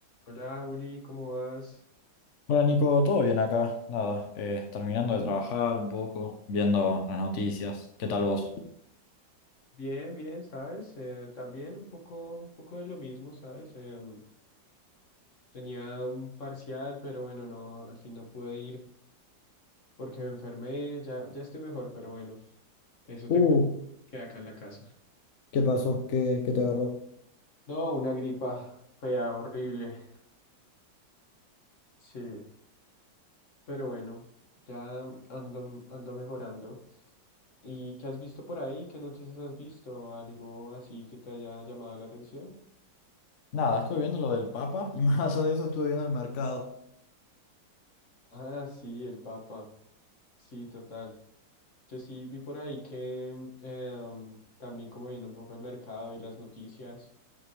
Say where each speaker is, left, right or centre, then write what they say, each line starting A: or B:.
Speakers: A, on the left (about 40°); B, on the left (about 60°).
A: Hola, Juli, ¿cómo vas?
B: Hola Nico, ¿todo bien acá? Nada, eh, terminando de trabajar un poco, viendo las noticias. ¿Qué tal vos?
A: Bien, bien, ¿sabes? Eh, también un poco, un poco de lo mismo, ¿sabes? Em, tenía un parcial, pero bueno, no, al fin no pude ir porque me enfermé, ya, ya estoy mejor, pero bueno, eso te
B: Uh,
A: cuento, que acá en la casa.
B: ¿qué pasó? ¿Qué, qué te agarró?
A: No, una gripa fea, horrible, sí, pero bueno, ya ando, ando mejorando. ¿Y qué has visto por ahí? ¿Qué noticias has visto? ¿Algo así que te haya llamado la atención?
B: Nada, estuve viendo lo del Papa y <laughs> más allá de eso estuve viendo el mercado.
A: Ah, sí, el Papa. Sí, total. Yo sí vi por ahí que mm, em, también como viendo un poco el mercado y las noticias,